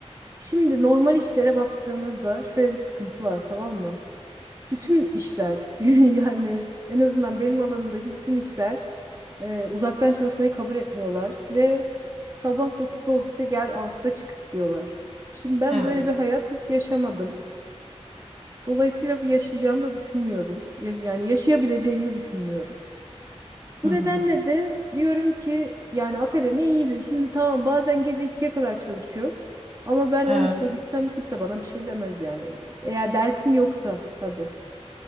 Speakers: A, on the right (about 30°); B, on the right (about 70°).
A: şimdi normal işlere baktığımızda şöyle bir sıkıntı var tamam mı? Bütün işler <laughs> yani en azından benim alanımdaki bütün işler e, uzaktan çalışmayı kabul etmiyorlar ve sabah dokuzda ofise gel 6'da çık istiyorlar. Şimdi ben
B: Evet.
A: böyle bir hayat hiç yaşamadım. Dolayısıyla bir yaşayacağımı da düşünmüyorum. Ya- Yani yaşayabileceğimi düşünmüyorum. Bu
B: Hı hı.
A: nedenle de diyorum ki yani akademi iyiydi. Şimdi tamam bazen gece ikiye kadar çalışıyoruz. Ama ben
B: Evet.
A: 12'de gitsem kimse bana bir şey demez yani. Eğer dersim yoksa tabii.